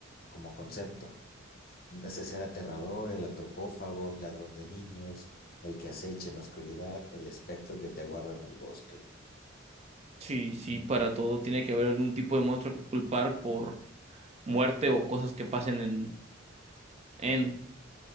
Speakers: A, on the left; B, on the right.
A: como concepto. Ese ser aterrador, el antropófago, ladrón de niños, el que acecha en la oscuridad, el espectro que te guarda en el bosque.
B: Sí, sí, para todo tiene que haber un tipo de monstruo que culpar por muerte o cosas que pasen en, en,